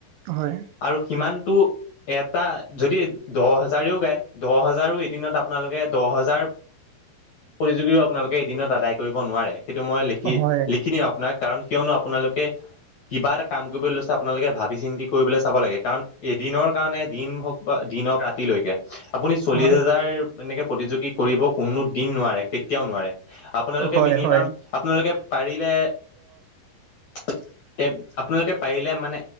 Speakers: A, on the right; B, on the left.
A: হয়
B: আৰু সিমানটো এটা যদি দহ হাজাৰেও গায় দহ হাজাৰো এদিনত আপোনালোকে দহ হাজাৰ প্ৰতিযোগীও আপোনালোকে এদিনত আদায় কৰিব নোৱাৰে। সেইটো মই লিখি
A: হয়
B: লিখি দিওঁ আপোনাক কাৰণ কিয়নো আপোনালোকে কিবা এটা কাম কৰিবলৈ লৈছে আপোনালোকে ভাবি চিন্তি কৰিবলৈ চাব লাগে কাৰণ এদিনৰ কাৰণে দিন হওক বা দিনক ৰাতিলৈকে আপুনি চল্লিশ
A: হয়
B: হাজাৰ এনেকে প্ৰতিযোগি কৰিব কোনো দিন নোৱাৰে কেতিয়াও নোৱাৰে আপোনালোকে
A: হয়
B: মিনিমাম
A: হয়
B: আপোনালোকে পাৰিলে <inaudible> এ আপোনালোকে পাৰিলে মানে